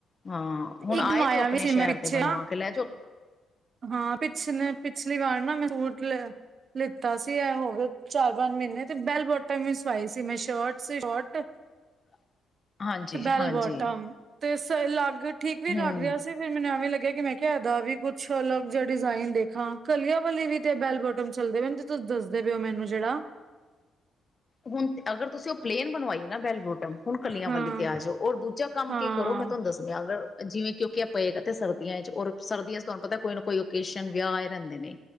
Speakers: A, on the left; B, on the right.
A: ਹਾਂ, ਹੁਣ
B: ਇੱਕ
A: ਆਏ
B: ਬਣਵਾਇਆ
A: ਤੇ ਓ ਆਪਣੇ
B: ਵੀ ਸੀ ਮੈਂ
A: ਸ਼ਹਿਰ
B: ਪਿੱਛੇ
A: ਤੇ ਬਣਵਾ
B: ਨਾ
A: ਕੇ ਲੈ ਜੋ।
B: ਹਾਂ, ਪਿਛਲੇ, ਪਿਛਲੀ ਵਾਰ ਨਾ ਮੈ ਸੂਟ ਲਿਤਾ ਸੀ, ਐ ਹੋਵੇ ਚਾਰ-ਪੰਜ ਮਹੀਨੇ ਤੇ ਬੈਲ ਬੋਟਮ ਹੀ ਸਵਾਈ ਸੀ, ਮੈ ਸ਼ਰਟ, ਸ਼ੋਟ
A: <inaudible> ਹਾਂਜੀ-ਹਾਂਜੀ।
B: ਬੈਲ ਬੋਟਮ। ਤੇ ਸ ਲੱਗ ਠੀਕ ਵੀ
A: ਹੂੰ।
B: ਲੱਗ ਰਿਹਾ ਸੀ, ਫਿਰ ਮੈਨੂੰ ਐਵੇ ਲਗਿਆ ਕਿ ਮੈ ਕਿਹਾ ਇਹਦਾ ਵੀ ਕੁ ਕੁਛ ਅਲਗ ਜਾ ਡਿਜ਼ਾਇਨ ਦੇਖਾਂ, ਕਲੀਆਂ ਵਾਲੀ ਵੀ ਤੇ ਬੈਲ-ਬੋਟਮ ਚਲਦੇ ਪੇਨ ਤੇ ਤੁਸੀ ਦਸਦੇ ਪੇ ਓ, ਮੈਨੂੰ ਜਿਹੜਾ।
A: ਹੁਣ, ਅਗਰ ਤੁਸੀ ਉਹ ਪਲੇਨ ਬਣਵਾਈ ਨਾ ਬੈਲਵੋ ਹੁਣ ਕਲੀਆਂ
B: ਹਾਂ
A: ਵਾਲੀ ਤੇ ਆਜੋ, ਔਰ ਦੂਜਾ ਕੰਮ
B: ਹਾਂ
A: ਕੀ ਕਰੋ ਮੈ ਤੁਹਾਨੂੰ ਦੱਸ ਅਗਰ, ਜਿਵੇਂ ਕਿਉਕਿ ਆ ਪਏਗਾ ਤੇ ਇਹ ਸਰਦੀਆਂ 'ਚ, ਔਰ ਸਰਦੀਆਂ'ਚ ਤੁਹਾਨੂੰ ਪਤਾ ਕੋਈ ਨਾ ਕੋਈ ਓਕੇਸ਼ਨ, ਵਿਆਹ ਆਏ ਰਹਿਦੇ ਨੇ।